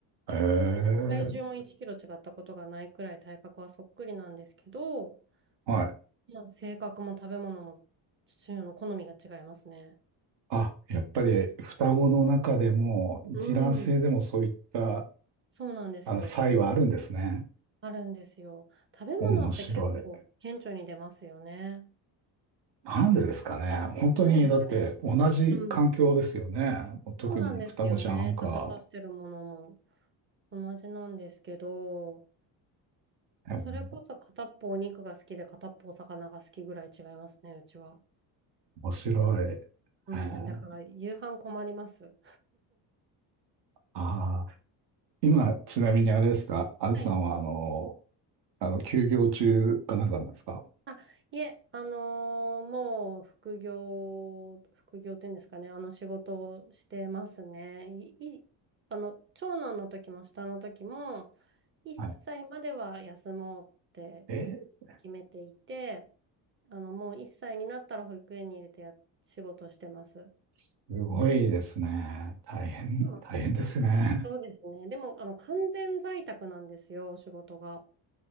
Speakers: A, on the right; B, on the right.
A: えー、
B: 体重も1キロ違ったことがないくらい体格はそっくりなんですけど、
A: はい。
B: まあ性格も食べ物も父親の好みが違いますね。
A: あ、やっぱり双子の中でも一卵性でもそういった
B: うん。そうなんですよ。
A: あの差異はあるんですね。
B: あるんですよ。食べ物って結構顕著に出ますよね。
A: 面白い。なんでですかね。本当に、
B: なんでですかね。
A: だって同じ環境ですよね。
B: うん。
A: 特に双子ちゃんか。
B: そうなんですよね。食べさせてるものも同じなんですけど、
A: うん
B: それこそ片っぽお肉が好きで片っぽお魚が好きぐらい違いますね、うちは。
A: 面白い。え
B: うん、
A: ー
B: だから夕飯困ります。
A: あー今、ちなみにあれですか、あずさんは、
B: はい。
A: あの、あの、休業中かなんかなんですか
B: あ、いえ、あのーもう副業、副業っていうんですかね、あの仕事をしてますね。い、い、あの、長男の時も下の時も、1歳までは休もうって
A: はい。えー、
B: 決めていて、あの、もう1歳になったら保育園に入れてや、仕事してます。
A: すごいですね。大変、
B: 今
A: 大変ですね。
B: そうですね。でも、あの、完全在宅なんですよ、仕事が。